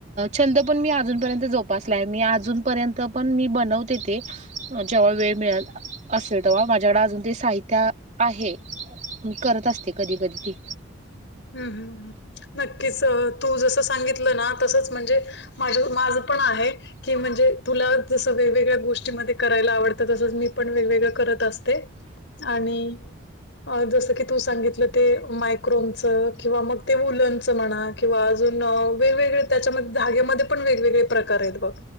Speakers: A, on the right (about 35°); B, on the left (about 60°).
A: छंद पण मी अजूनपर्यंत जोपासला आहे. मी अजूनपर्यंत पण मी बनवते. तेे जेव्हा वेळ मिळेल असेल तेव्हा माझ्याकडे अजून ते साहित्य आहे. म करत असते. कधी कधी ती
B: हम्म हम् नक्कीच तू जसं सांगितलं ना तसच म्हणजे माझ माझं पण आहे. की म्हणजे तुला जसं वेगवेगळ्या गोष्टीमध्ये करायला आवडतं तसंच मी पण वेगवेगळं करत असते. आणि जसं की तू सांगितलं ते मायक्रोम - च किंवा मग ते उलनच म्हणा किंवा अजून वेगवेगळे त्याच्यामध्ये धाग्यांमध्ये पण वेगवेगळे प्रकार आहेत बघ